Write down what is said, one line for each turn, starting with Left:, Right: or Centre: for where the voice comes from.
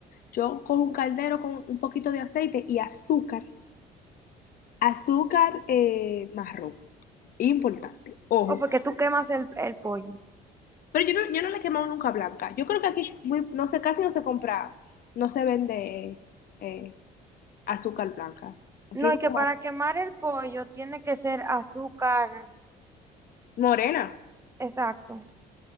Left: yo cojo un caldero con un poquito de aceite y azúcar Azúcar eh, marrón, importante, ojo.
Right: o porque tú quemas el, el pollo.
Left: Pero yo no, yo no le he quemado nunca blanca. Yo creo que aquí muy- no sé, casi no se compra, no se vende eh, eh, azúcar blanca. Aquí
Right: No,
Left: es
Right: y que
Left: como
Right: para quemar el pollo tiene que ser azúcar,
Left: morena.
Right: exacto.